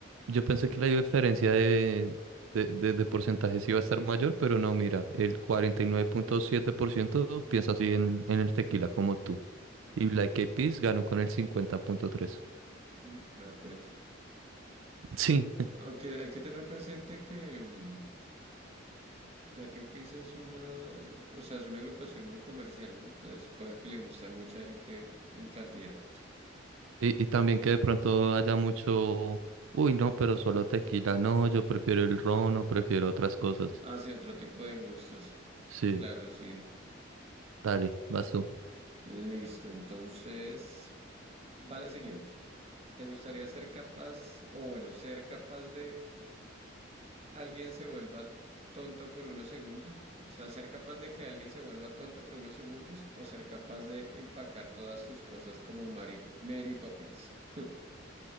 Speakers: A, on the right; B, on the right.
A: Yo pensé que la diferencia de, de, de, de porcentajes iba a estar mayor, pero no, mira, el 49.7% piensa así en, en el tequila como tú. Y Black Eyed Peas ganó con el 50.3%.
B: Mm, Ya, pues,
A: Sí,
B: aunque hay que tener presente que mm, Black Eyed Peas es una, o sea, es una agrupación muy comercial, ¿no? Entonces, puede que le guste a mucha gente en cantidad.
A: Y, y también que de pronto haya mucho, uy, no, pero solo tequila, no, yo prefiero el ron o prefiero otras cosas.
B: Hace otro tipo de gustos,
A: Sí,
B: claro, sí.
A: dale, vas tú.
B: Listo, entonces, va la siguiente. ¿Te gustaría ser capaz, o bueno, ser capaz de alguien se vuelva tonto por unos segundos, o sea, ser capaz de que alguien se vuelva tonto por unos segundos o ser capaz de empacar todas tus cosas como Mary, Mary Poppins. <laughs>